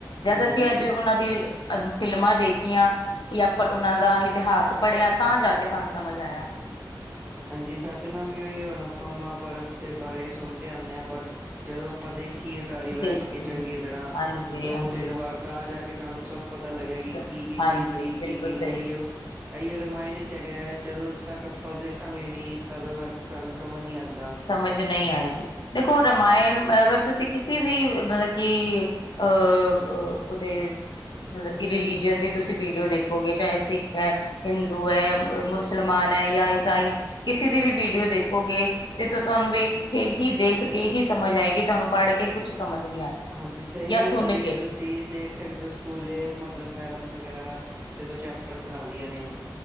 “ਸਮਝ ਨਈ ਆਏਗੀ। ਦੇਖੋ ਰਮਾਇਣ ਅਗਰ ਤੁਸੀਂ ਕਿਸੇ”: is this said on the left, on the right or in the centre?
Left